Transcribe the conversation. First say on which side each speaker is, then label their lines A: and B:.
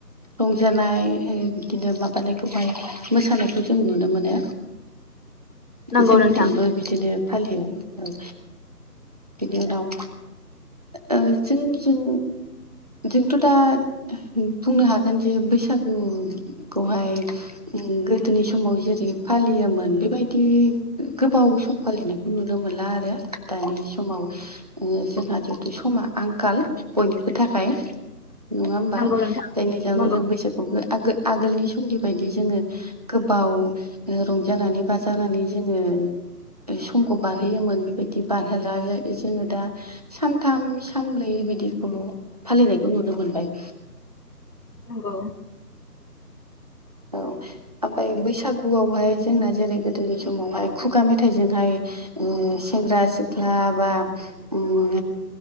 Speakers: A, on the right; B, on the left.
A: रंजानाय बिदिनो माबानायखौहाय मोसानायखौ जों नुनो मोनो
B: नंगौ
A: जोंनिथिंबो
B: नोंथां
A: बिदिनो फालियो औ बिनि उनाव ओ जों जों जोंथ' दा बुंनो हागोन जे बैसागुखौहाय उम गोदोनि समाव जेरै फालियोमोन बेबायदि गोबाव सम फालिनाय खौ नुनो मोनला आरो दानि समाव ओ जोंहा जितु समा आंखाल बयनिबो थाखाय नङा होमबा
B: नंगौ नोंथां
A: जायनि जाहोनाव
B: नंगौ
A: जों बैसागु आगोल आगोलनि समनि बायदि जोङो गोबाव रंजानानै बाजानानै जोङो समखौ बारहोयोमोन बेबायदि बारहोला जोङो दा सानथाम सानब्रै बिदिखौल' फालिनायखौ नुनो मोनबाय
B: नंगौ
A: औ ओमफ्राय बैसागुआवहाय जोंना जेरै गोदोनि समावहाय खुगा मेथाइजोंहाय ओ सेंग्रा सिख्ला बा ओम